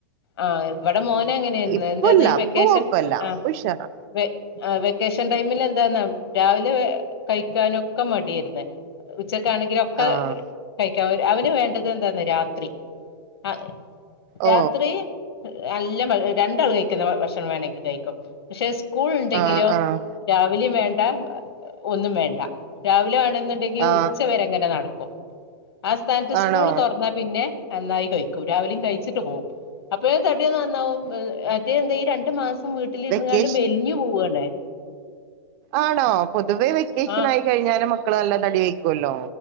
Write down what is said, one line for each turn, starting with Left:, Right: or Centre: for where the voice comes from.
Left: ആ ഇവിടെ മോന അങ്ങനെയായിരുന്നു
Right: ഇപ്പല്ല
Left: എന്താന്ന ഈ വെക്കേഷൻ
Right: ഇപ്പൊ കൊഴപ്പല്ല
Left: ആ
Right: ഇപ്പൊ ഉഷാറാ
Left: വ ആ വെക്കേഷൻ ടൈമിൽ എന്താന്നാ രാവിലെ കഴിക്കാനൊക്കെ മടിയായിരുന്നു ഉച്ചക്കാണെങ്കിലൊക്കെ
Right: ആഹ്
Left: കഴി അവന് വേണ്ടത് എന്താന്ന രാത്രി ആ
Right: ഓ
Left: രാത്രി നല്ല രണ്ടാൾ കഴിക്കുന്ന ഭക്ഷണം വേണമെങ്കിൽ കഴിക്കും സ്കൂൾ ഉണ്ടെങ്കിലോ
Right: ആഹ് ആഹ്
Left: രാവിലെയും വേണ്ട ഒന്നും വേണ്ട രാവിലെ ആണ ണ്ടെങ്കിൽ
Right: ആഹ്
Left: ഉച്ച വരെങ്ങനെ നടക്കും ആ സ്ഥാനത്ത് സ്കൂൾ
Right: ആണോ
Left: തുറന്നാ പിന്നെ നന്നായി കഴിക്കും രാവിലെയും കഴിച്ചിട്ട് പോവും അപ്പോഴ തടിയ നന്നാവും അത് എന്താഈ രണ്ടു മാസം വീട്ടിൽഇരുന്ന്ക്കണ്ട്
Right: വെക്കേഷൻ
Left: മെലിഞ്ഞു പോവണേ
Right: ആണോ പൊതുവെ വെക്കേഷൻ
Left: ആഹ്
Right: ആയി കഴിഞ്ഞാൽ മക്കൾ നല്ല തടി വെക്കുമല്ലോ